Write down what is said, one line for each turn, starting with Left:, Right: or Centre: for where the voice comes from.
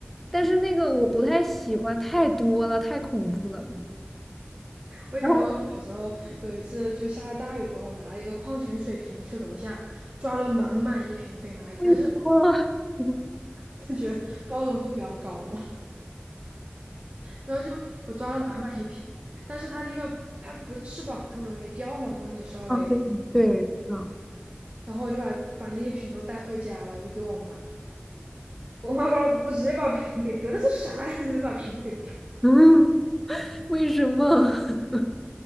Centre: 但是那个我不太喜欢，太多了，太恐怖了。
Right: 我想到我小时候有一次就下了大雨之后，
Centre: 然后
Right: 我拿了一个矿泉水瓶去楼下抓了满满一瓶飞蚂蚁，
Centre: 为什么？
Right: 但是
Centre: <laughs>
Right: 就觉得包容度比较高嘛，然后就我抓了满满一瓶，但是它那个它不是翅膀特别容易掉嘛，如果你稍微，
Centre: 啊，对对，嗯
Right: 然后我就把把那一瓶都带回家了，我就给我妈，我妈把我直接把瓶给丢了，这啥呀？<laughs> 直接把瓶子给丢。
Centre: 嗯，<laughs> 为什么？<laughs>